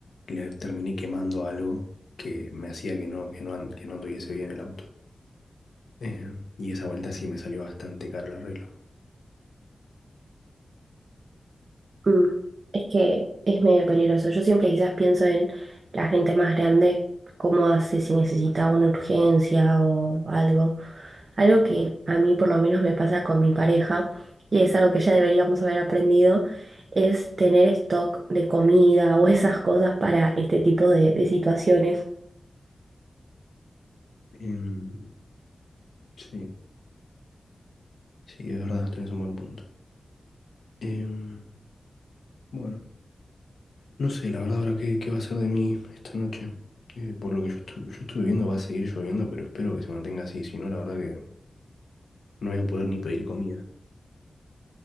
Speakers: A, on the left (about 85°); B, on the right (about 60°).
A: le terminé quemando algo que me hacía que no, que no, an- que no anduviese bien el auto. Eh, y esa vuelta sí me salió bastante caro el arreglo.
B: Mm, es que es medio peligroso. Yo siempre quizás pienso en la gente más grande, cómo hace si necesita una urgencia o algo. Algo que a mí por lo menos me pasa con mi pareja, y es algo que ya deberíamos haber aprendido, es tener stock de comida o esas cosas para este tipo de, de situaciones.
A: Em, sí, sí, es verdad, tenés un buen punto. Em, bueno, no sé, la verdad ahora qué, qué va a ser de mí esta noche. Eh, por lo que yo, estu- yo estuve viendo va a seguir lloviendo, pero espero que se mantenga así, si no la verdad que no voy a poder ni pedir comida.